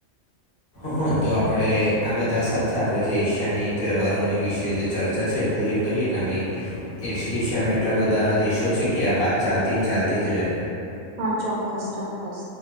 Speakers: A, on the left; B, on the right.
A: હં તો આપડે આ બધા સાથે આપણે જે એશિયાની તહેવારોની વિશે જે ચર્ચા છે એ પૂરી કરીએ કેમ એશ એશિયામાં એટલા બધા દેશો છે કે આ વાત ચાલતી ને ચાલતી જ રહે.
B: હા, ચોક્કસ ચોક્કસ.